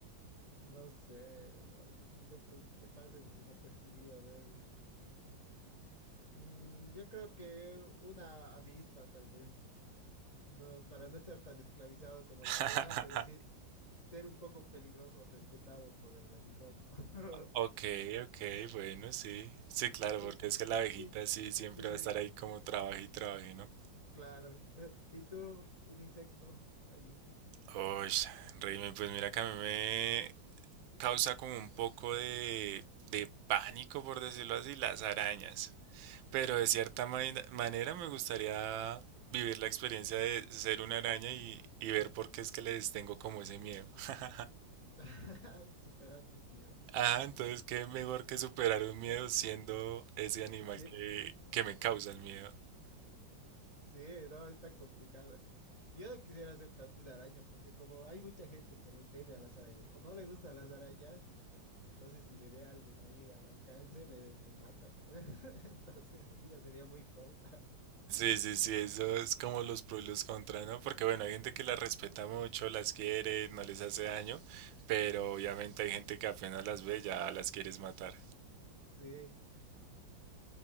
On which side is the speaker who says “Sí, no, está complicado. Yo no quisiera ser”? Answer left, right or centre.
Left